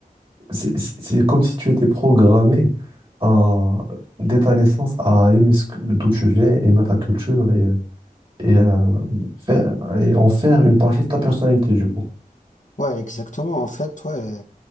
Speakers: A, on the right; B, on the left.
A: c'est c'est- c'est comme si tu étais programmé à, dès ta naissance à aimer ce que- d'où tu viens, aimer ta culture et, et, euh, faire, et en faire une partie de ta personnalité, du coup.
B: ouais, exactement. En fait, ouais.